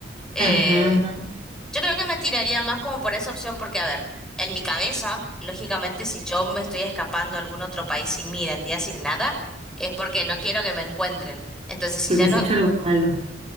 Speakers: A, in the centre; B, on the right.
A: Eh,
B: Ajá, ajá,
A: yo creo que me tiraría más como por esa opción porque, a ver, en mi cabeza, lógicamente, si yo me estoy escapando a algún otro país sin mi identidad, sin nada, es porque no quiero que me encuentren. Entonces, si
B: porque
A: ya
B: has
A: no,
B: hecho algo malo.